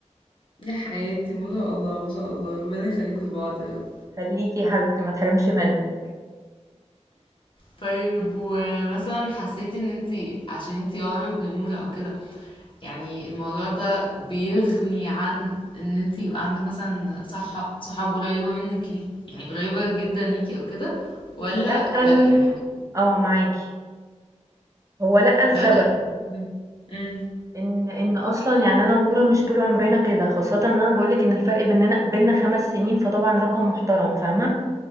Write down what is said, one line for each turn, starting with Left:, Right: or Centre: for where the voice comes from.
Left: يا حياتي ما شاء الله، ما شاء الله، ربنا يخلّيكم لبعض يا رب.
Right: خلّيكِ يا حبيبتي ما تحرمش منِّك.
Left: طيب ومثلا حسيتي ان انتي عشان انتي اقرب لنورة او كده يعني الموضوع ده بيغني عن ان انتي يبقى عندك مثلا صح صحاب قريبة منك ليك يعني قريبة جدا ليكي او كده ولا
Right: لأ ال
Left: لا يعني عادي
Right: آه، معاكِ. هو لأ لسبب.
Left: لا لا <laughs> امم
Right: إن إن أصلًا يعني أنا ونورا مش طول عمرنا كده، خاصةً إن أنا باقول لِك إن الفرق بيننا بيننا 5 سنين، فطبعًا رقم محترم، فاهمة؟